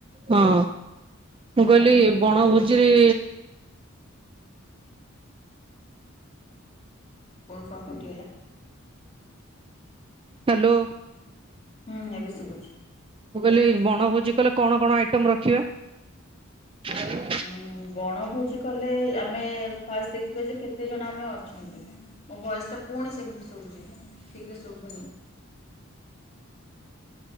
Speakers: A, on the right (about 25°); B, on the left (about 30°).
A: ହଁ ମୁଁ କଇଲି ବଣଭୋଜିରେ
B: ପୁଣି କଣ କଟିଗଲା?
A: ହ୍ୟାଲୋ
B: ହୁଁ ଏବେ ଶୁବୁଚି।
A: ମୁଁ କଇଲି ବଣଭୋଜି କଲେ କଣ କଣ ଆଇଟମ ରଖିବା? <inaudible>
B: ଉଁ ବଣଭୋଜି କଲେ ଆମେ ଫାଷ୍ଟ ଦେଖିବା ଯେ କେତେ ଜଣ ଆମେ ଅଛନ୍ତି? ମୋ ଭଏସଟା ପୁଣି ସେମିତି ଶୁବୁଚି, ଠିକ୍ରେ ଶୁବୁନି